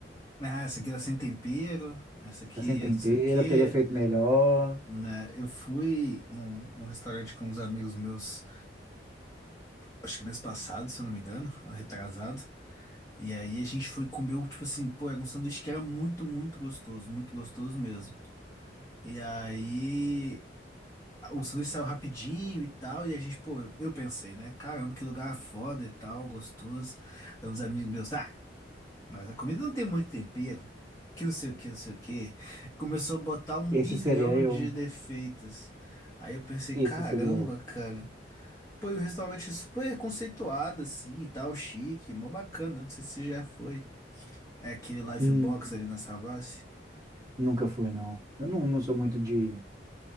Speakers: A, on the left (about 15°); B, on the right (about 20°).
A: Ah, essa aqui tá sem tempero, essa aqui
B: Tá sem tempero,
A: é não sei o quê,
B: teria feito melhor.
A: né? Eu fui num, num restaurante com uns amigos meus, acho que mês passado, se eu não me engano, ou retrasado. E aí a gente foi comer, tipo assim, pô, era um sanduíche que era muito, muito gostoso, muito gostoso mesmo. E aí o sanduíche saiu rapidinho e tal, e a gente, pô, eu, eu pensei, né? Caramba, que lugar foda e tal, gostoso. Aí uns amigos meus, ah, mas a comida não tem muito tempero, que não sei o que, não sei o que. Começou a botar um
B: Esse
A: bilhão
B: seria eu.
A: de defeitos. Aí eu pensei,
B: Esse
A: caramba,
B: seria eu.
A: cara. Pô, e o restaurante super conceituado, assim, e tal, chique, mó bacana. Não sei se você já foi. É aquele Life
B: Hum,
A: Box ali na Savassi?
B: nunca fui, não. Eu não, não sou muito de,